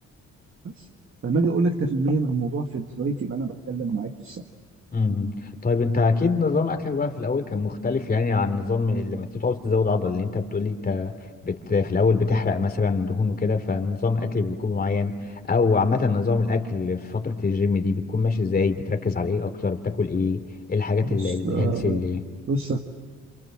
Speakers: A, on the right (about 45°); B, on the left (about 30°).
A: بس فلما اجي اقول لك 100% من الموضوع في الدايت يبقى انا بتكلم معاك في الصح
B: امم طيب انت اكيد نظام اكلك بقى في الاول كان مختلف يعني عن نظام لما تيجي تعوز تزود عضل اللي انت بتقولي انت بت في الاول بتحرق مثلا دهون وكده فنظام اكل بيكون معين او عامه نظام الاكل في فتره الجيم دي بتكون ماشي ازاي بتركز على ايه اكتر بتاكل ايه ايه الحاجات
A: بص
B: ال- الهيلثي
A: آه،
B: اللي
A: بص